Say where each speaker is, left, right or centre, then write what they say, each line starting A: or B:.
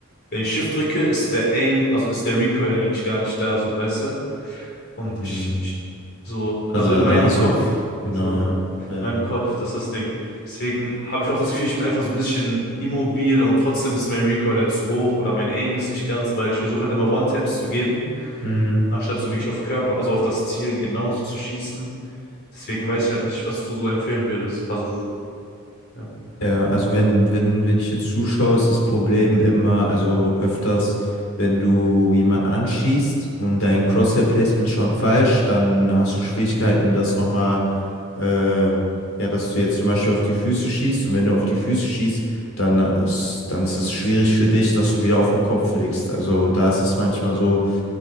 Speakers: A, on the left (about 50°); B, on the left (about 70°).
A: wenn ich Shift drücke, ist der Aim, also ist der Recoil eigentlich gar nicht da, so, weißt du? Und
B: Mhm.
A: ich, ich so,
B: Also
A: also
B: da,
A: in meinem
B: da hast
A: Kopf,
B: du, genau,
A: so,
B: ja. Ja.
A: in meinem Kopf, das ist das Ding. Deswegen habe ich auch das Gefühl, ich bin einfach so ein bisschen immobil und trotzdem ist mein Recoil halt zu hoch oder mein Aim ist nicht ganz, weil ich versuche halt immer One-Taps zu geben,
B: Hm.
A: anstatt so wirklich auf Körper, also auf das Ziel genauso zu schießen. Deswegen weiß ich halt nicht, was du so empfehlen würdest. Also, ja,
B: Ja, also wenn, wenn, wenn ich dir zuschaue, ist das Problem immer, also öfters, wenn du jemanden anschießt und dein Crosshair-Placement ist schon falsch, dann hast du Schwierigkeiten, das nochmal, äh, ja, dass du jetzt zum Beispiel auf die Füße schießt und wenn du auf die Füße schießt, dann ist, dann ist es schwierig für dich, dass du wieder auf den Kopf legst. Also da ist es manchmal so,